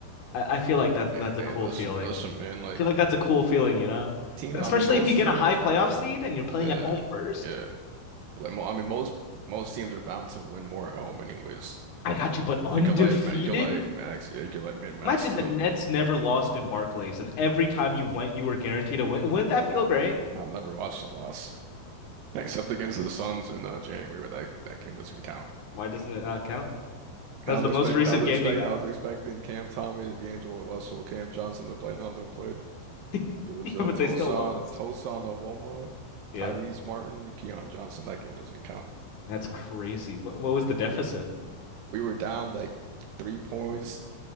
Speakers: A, on the left (about 60°); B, on the right (about 75°).
A: I, I feel like that that's
B: Hey, hey,
A: a cool
B: listen,
A: feeling.
B: listen, man. Like,
A: I feel like that's a cool feeling, you know?
B: teams.
A: And
B: I
A: especially
B: mean, most
A: if you get
B: teams
A: a high playoff
B: are,
A: seed and you're playing
B: yeah,
A: at home first.
B: yeah. But like, mo I mean, most most teams are bound to win more at home, anyways.
A: I got you, but undefeated?
B: So You could like, ma- you could like max, yeah, you could like min max
A: Imagine
B: the.
A: the Nets never lost in Barclays, and every time you went, you were guaranteed a win. Wouldn't that feel great?
B: I've never watched a loss. Except against the Suns in uh, January, but that, that game doesn't count.
A: Why doesn't it not count? That's
B: I was
A: the most
B: expect
A: <laughs> recent
B: I was
A: game
B: expect
A: you got,
B: I was expecting Cam Thomas, D'Angelo Russell, Cam Johnson to play. None of them played.
A: <laughs>
B: It was
A: yeah,
B: uh,
A: but
B: Tosan
A: they still lost.
B: Tosan Awoma,
A: Yeah,
B: Tyrese Martin, and Keon Johnson. That game doesn't count.
A: that's crazy. What, what was the deficit?
B: We were down like three points